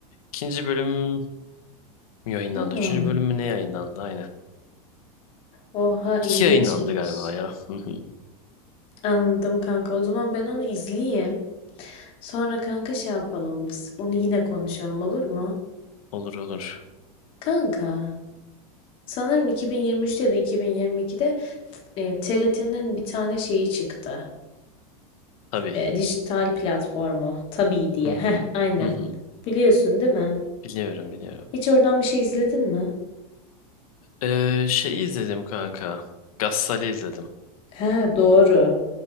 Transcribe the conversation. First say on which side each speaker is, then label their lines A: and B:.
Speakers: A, on the left (about 65°); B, on the left (about 30°).
A: ikinci bölüm mü yayınlandı?
B: Ana.
A: Üçüncü bölüm mü ne yayınlandı? Aynen.
B: Oha
A: İki
B: ilginçmiş.
A: yayınlandı galiba ya. Hı hı.
B: Anladım kanka. O zaman ben onu izleyeyim. Sonra kanka şey yapalım biz. Onu yine konuşalım olur mu?
A: Olur olur.
B: Kanka, sanırım 2023'te ya da 2022'de e, TRT'nin bir tane şeyi çıktı.
A: Tabii.
B: E, dijital platformu. Tabii diye.
A: Hı hı.
B: Heh, aynen.
A: Hı hı.
B: Biliyorsun değil mi?
A: Biliyorum biliyorum.
B: Hiç oradan bir şey izledin mi?
A: Ee, şey izledim kanka. Gassal'i izledim.
B: Ha doğru.